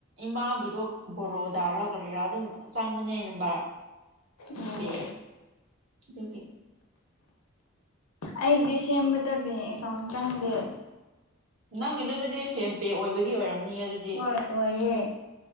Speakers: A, on the right (about 65°); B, on the left (about 85°).
A: ꯏꯃꯥꯒꯤꯗꯣ ꯕꯣꯔꯣꯗꯥꯔꯥ ꯀꯔꯤꯔꯥ ꯑꯗꯨꯝ ꯆꯪꯕꯅꯦ ꯅꯝꯕꯔ
B: ꯑꯣ
A: ꯖꯤꯗꯤ ꯑꯗꯨ
B: ꯑꯩꯗꯤ ꯁꯦꯝꯕꯗ ꯕꯦꯡ ꯑꯦꯀꯥꯎꯟ ꯆꯪꯗꯦ
A: ꯅꯪꯒꯤꯗꯨꯗꯨꯗꯤ ꯐꯦꯝ ꯄꯦ ꯑꯣꯏꯕꯒꯤ ꯑꯣꯏꯔ ꯕꯝ ꯅꯤ ꯑꯗꯨꯗꯤ
B: ꯍꯣꯏ ꯑꯣꯏꯌꯦ